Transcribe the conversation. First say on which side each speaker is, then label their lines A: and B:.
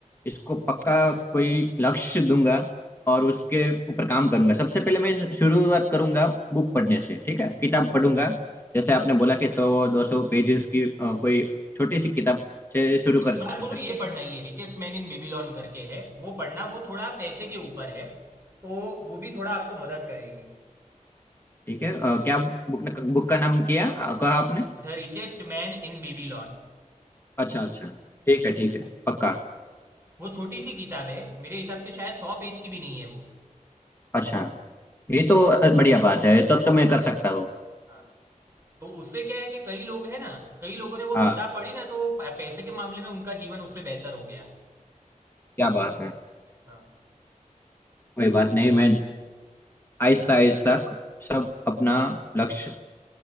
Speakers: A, on the left (about 15°); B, on the right (about 20°).
A: इसको पक्का कोई लक्ष्य दूंगा और उसके ऊपर काम करूंगा सबसे पहले मैं शुरुआत करूंगा बुक पढ़ने से ठीक है किताब पढ़ूंगा जैसे आपने बोला कि सौ दो सौ पेजेस की अ, कोई छोटी सी किताब से शुरू कर,
B: एक बात
A: कर
B: बोलो
A: सकते
B: ये
A: हैं
B: पढ़ना ये रिचेस्ट मैन इन बेबीलोन करके है वो पढ़ना वो थोड़ा पैसे के ऊपर है तो वो भी थोड़ा आपको मदद करेगी
A: ठीक है अ, क्या बुक ने बुक का नाम किया अ, कहा आपने
B: The richest man in Babylon
A: अच्छा अच्छा ठीक है ठीक है पक्का
B: वो छोटी सी किताब है मेरे हिसाब से शायद सौ पेज की भी नहीं है वो
A: अच्छा ये तो बढ़िया बात है तब तो मैं कर सकता हूँ
B: हाँ तो उससे क्या है कि कई लोग हैं ना कई लोगों ने वो
A: हाँ
B: किताब पढ़ी ना तो प- पैसे के मामले में उनका जीवन उससे बेहतर हो गया
A: क्या बात है
B: हाँ
A: कोई बात नहीं मैं आहिस्ता आहिस्ता सब अपना लक्ष्य